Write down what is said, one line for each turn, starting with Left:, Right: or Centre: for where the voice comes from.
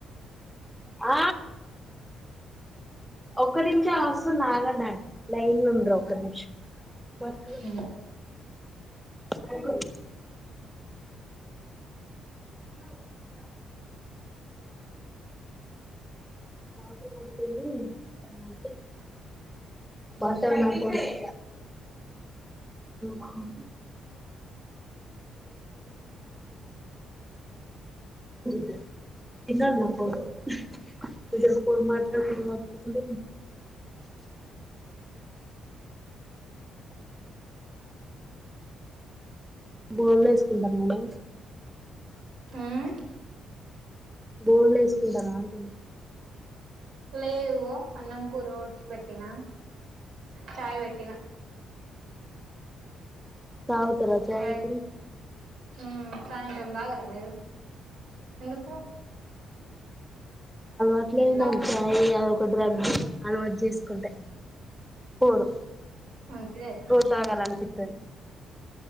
Centre: ఆ ఒక నిమిషం ఒస్తున్న ఆగండి అం లైన్లుండ్రు ఒక నిమిషం బధ
Right: ఉమ్
Centre: <unintelligible> <unintelligible> మాట కొడుతుంది అని అంటే బటల్ ఉండయ్ ఊహ్మ్ ద తన్న నాపో <unintelligible> కొ మాట కొ మాకుంట బాగునేసుకుంటాం మే
Right: ఉమ్
Centre: బోర్లు వేసుకుంటార అంటును
Right: ఇలా ఏదుగో అన్నం కూరు ఒడిచి పెట్టిిన చయ వెటినా
Centre: చ ఉతరా చ
Right: చాయ్
Centre: ఇక్కడ
Right: ఉమ్ సాయంత్రం దాగరా మీరు ఎందుకు
Centre: అట్లే
Right: తాగు
Centre: నాజయి కు్ర అలవాటు చేసుకుంటే పోరు
Right: మంచిదే
Centre: రోసాగాాల అంతపితే